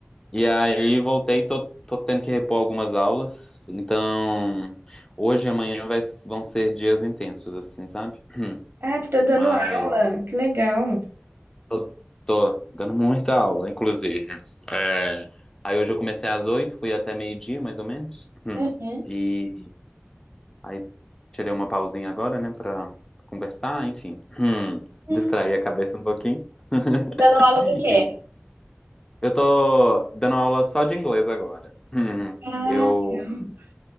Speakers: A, on the left (about 20°); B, on the right (about 70°).
A: e aí voltei, tô, tô tendo que repor algumas aulas. Então, hoje e amanhã vai- vão ser dias intensos, assim, sabe? <clears throat>
B: Ah, tu tá dando
A: Mas.
B: aula. Que legal.
A: Eu tô dando muita aula, inclusive. É, Aí hoje eu comecei às oito, fui até meio-dia, mais ou menos. Hum.
B: Uhum.
A: E aí tirei uma pausinha agora, né, pra pra conversar, enfim. Hum.
B: Hum.
A: Distrair a cabeça um pouquinho. <laughs>
B: Dando aula do quê?
A: E eu tô dando aula só de inglês agora. Hum.
B: Ah,
A: Eu,
B: legal.